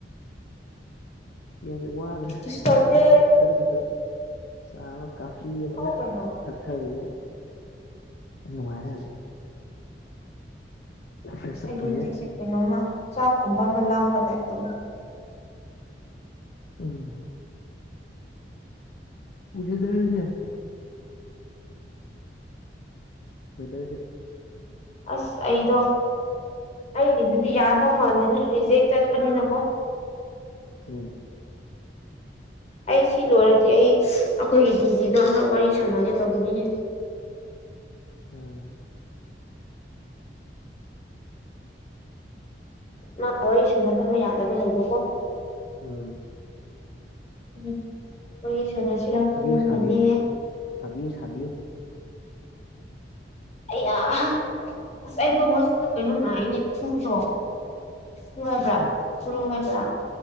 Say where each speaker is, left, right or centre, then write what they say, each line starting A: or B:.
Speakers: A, on the left; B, on the left.
A: ꯌꯦꯟꯁ ꯋꯥꯗ꯭ꯔꯦ
B: ꯀꯩꯁꯨ
A: ꯆꯥꯃ
B: ꯇꯧꯗꯦ
A: ꯊꯛꯊꯕꯤꯕꯩ ꯆꯥꯃ ꯀꯥꯐꯤ ꯑꯃꯃꯒ
B: ꯊꯧ ꯀꯩꯅꯣ
A: ꯊꯛꯊꯕꯤꯕꯒꯤ ꯌꯥꯝ ꯅꯨꯡꯉꯥꯏꯔꯦ ꯍꯧꯖꯤ ꯐ꯭ꯔꯦꯁ
B: ꯑꯩ
A: ꯑꯞ ꯑꯣꯏꯔꯦ
B: ꯍꯧꯖꯤꯛꯁꯦ ꯀꯩꯅꯣꯃ ꯆꯥꯛꯀꯨꯝꯕ ꯑꯃ ꯂꯥꯡꯝꯕ ꯇꯥꯏꯞꯇꯕꯨ
A: ꯎꯝ ꯎꯁꯦꯗꯔꯁꯦ ꯃꯗꯁ
B: ꯑꯁ ꯑꯩꯗꯣ ꯑꯩꯒꯤꯗꯨꯗꯤ ꯌꯥꯗꯧ ꯃꯥꯜꯜꯂꯤꯅ ꯍꯧꯖ ꯍꯦꯛ ꯆꯠꯄꯅꯤꯅꯀꯣ
A: ꯎꯝ
B: ꯑꯩ ꯁꯤ ꯂꯣꯏꯔꯗꯤ ꯑꯩ ꯑꯩꯈꯣꯏꯒꯤ ꯗꯤꯖꯤꯗꯣ ꯑꯃꯝꯛ ꯋꯥꯔꯤ ꯁꯥꯟꯅꯒꯦ ꯇꯧꯕꯅꯤꯅꯦ
A: ꯎꯝ
B: ꯃꯥ ꯋꯥꯔꯤ ꯁꯥꯟꯅꯗꯕ ꯌꯥꯗꯕ ꯂꯩꯕꯀꯣ
A: ꯎꯝ
B: ꯎꯝ ꯑꯩꯣꯏ ꯅꯁꯤꯔ
A: ꯁꯥꯕꯤꯌꯨ
B: ꯈꯜꯂꯝꯕꯅꯦ
A: ꯁꯥꯕꯤꯌꯨ ꯁꯥꯕꯤꯌꯨ ꯁꯥꯕꯤꯌꯨ
B: ꯑꯩ ꯑ ꯑꯁ ꯑꯩꯗꯣ ꯃꯆꯨꯗ ꯀꯩꯅꯣ ꯅ ꯑꯩꯅꯦ ꯊꯣꯡꯗ꯭ꯔꯣ ꯈꯕ꯭ꯔ
A: ꯍꯥ
B: ꯈꯔꯨ ꯍꯥꯏꯕ꯭ꯔ